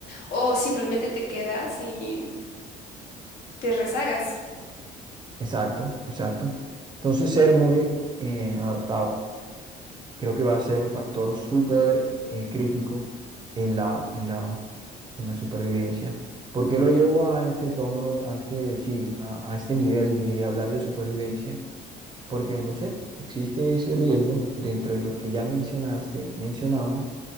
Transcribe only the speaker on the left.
o simplemente te quedas y te rezagas,